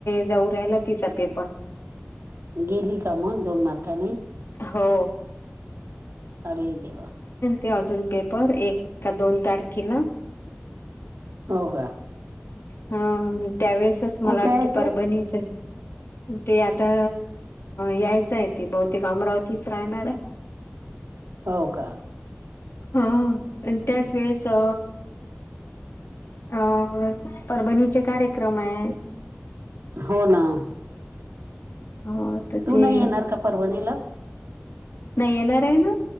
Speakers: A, on the left; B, on the right.
A: जाऊ राहिला तिचा पेपर
B: गेली का मग दोन मार्काने?
A: हो
B: अरे देवा
A: ते अजून पेपर एक का दोन तारखेला
B: हो का
A: हा त्यावेेळेसच
B: कुठे
A: मला वाटते
B: आहे ते
A: परभणीच आहे. ते आता यायचं आहे ते बहुतेक अमरावतीच राहणार आहे
B: हो का
A: हा आणि त्याच वेळेस अ अ परभणीचे कार्यक्रम आहे.
B: हो ना
A: हो तर
B: तू
A: ते
B: नाही येणार का परवाणीला?
A: नाही येणार आहे ना